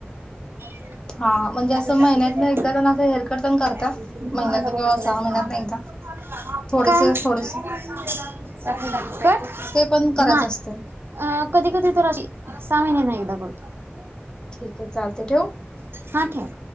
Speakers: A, on the right (about 65°); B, on the left (about 20°).
A: <inaudible>
B: हा हा म्हणजे असं
A: काय
B: महिन्यातन एकदा त्यांना
A: कट
B: असं हेअरकट पण करतात.
A: नाय
B: महिन्यातन किंवा
A: अ
B: सहा महिन्यातन एकदा
A: कधी
B: थोडेसे
A: कधी
B: थोडेसे
A: तर असं
B: ते पण करायचं
A: सहा
B: असते.
A: महिन्यांनी एकदा बघा
B: ठीक आहे चालते ठेवू?
A: हा काय